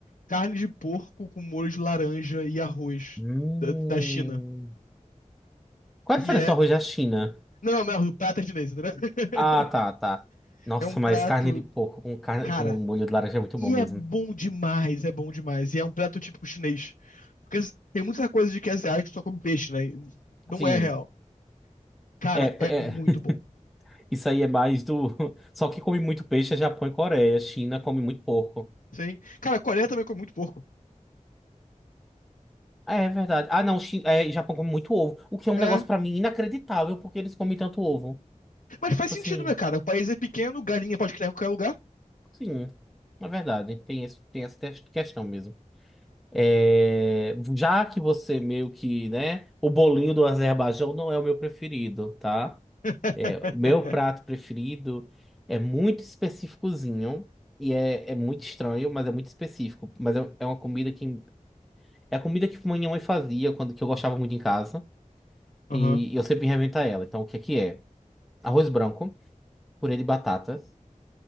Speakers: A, on the left; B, in the centre.
A: carne de porco com molho de laranja e arroz
B: Hum.
A: da, da China.
B: Qual
A: Que
B: a diferença
A: é.
B: do arroz da China?
A: Não, não, não, o prato é chinês, entendeu? <laughs>
B: Ah, tá, tá. Nossa,
A: É um prato.
B: mas carne de porco com, carne,
A: Cara,
B: com molho de laranja é muito
A: E
B: bom mesmo.
A: é bom demais, é bom demais. E é um prato típico chinês. Porque tem muita coisa de que é asiático só come peixe, né? E Não
B: Sim,
A: é real. Cara,
B: é,
A: é muito
B: é. <laughs>
A: bom.
B: Isso aí é mais do. <laughs> Só que come muito peixe é Japão e Coreia. China come muito porco.
A: Sim. Cara, a Coreia também come muito porco.
B: Ah, É verdade. Ah, não, China, é, Japão come muito ovo. O que é um
A: É.
B: negócio
A: é.
B: pra mim inacreditável, porque eles comem tanto ovo.
A: Mas faz
B: Tipo
A: sentido,
B: Assim.
A: né, cara? O país é pequeno, galinha pode criar em qualquer lugar.
B: Sim, na verdade, tem esse, tem essa tes- questão mesmo. É, já que você meio que, né, o bolinho do Azerbaijão não é o meu preferido, tá?
A: <laughs>
B: É, o meu prato preferido é muito específicozinho e é, é muito estranho, mas é muito específico. Mas é, é uma comida que é a comida que minha mãe fazia quando que eu gostava muito em casa
A: Aham.
B: e, eu sempre reinventava ela. Então, o que é que é? Arroz branco, purê de batatas,